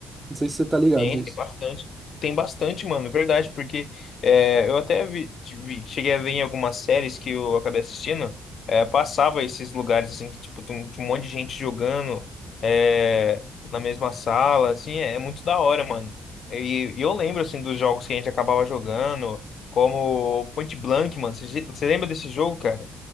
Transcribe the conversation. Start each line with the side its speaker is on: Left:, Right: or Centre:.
Right: Não sei se você tá ligado
Left: tem,
Right: disso.
Left: tem bastante. Tem bastante, mano, é verdade, porque é, eu até vi, vi- cheguei a ver em algumas séries que eu acabei assistindo, é, passava esses lugares, assim, que, tipo, tem um, tinha um monte de gente jogando é, na mesma sala, assim, é, é muito da hora, mano. E, e eu lembro, assim, dos jogos que a gente acabava jogando, como Point Blank, mano. Você, você lembra desse jogo, cara?